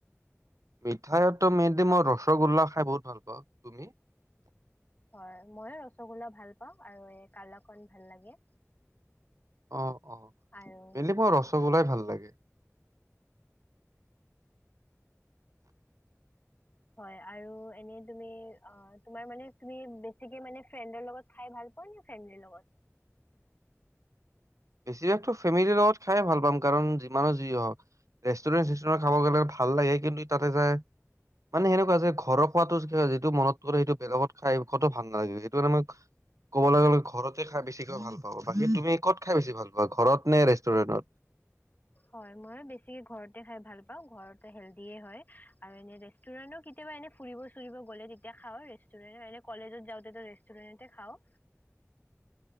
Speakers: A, on the right; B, on the left.
A: মিঠাইতো মেইনলি মই ৰসগোল্লা খাই বহুত ভাল পাওঁ তুমি?
B: হয় ময়ো ৰসগোল্লা ভাল পাওঁ আৰু এই কালাকন ভাল লাগে।
A: অ', অ' মেইনলী
B: আৰু
A: মোৰ ৰসগোল্লাই ভাল লাগে।
B: হয় আৰু এনে তুমি অ' তোমাৰ মানে তুমি বেছিকে মানে ফ্ৰেণ্ডৰ লগত খাই ভাল পোৱা নে ফেমলিৰ লগত?
A: বেছিভাগটো ফেমিলিৰ লগত খাইয়ে ভাল পাম কাৰণ যিমানো যি হওক ৰেষ্টুৰেণ্ট চেষ্টুৰেণ্ট খাব গ'লে ভাল লাগে কিন্তু তাতে যায় মানে সেনেকুৱা যে ঘৰৰ খোৱাটো যিটো মনত কৰে সেইটো বেলেগত খাই খোৱাটো ভাল নালাগে সেইটো কাৰণে মই ক'বলৈ গ'লে ঘৰতে খাই বেছিকৈ ভাল পাওঁ বাকী তুমি ক'ত খাই বেছি ভাল পোৱা ঘৰত নে ৰেষ্টুৰেণ্টত?
B: হয় মইও বেছি ঘৰতে খাই ভাল পাওঁ ঘৰতে হেল্ডিয়ে হয় আৰু এনে ৰেষ্ট ৰেষ্টুৰেণ্টৰ কেতিয়াবা এনে ফুৰিব চুৰিব গ'লে তেতিয়া খাওঁ ৰেষ্টুৰেণ্টৰ এনে কলেজত যাওঁতেটো ৰেষ্টুৰেণ্টতে খাওঁ।
A: <inaudible>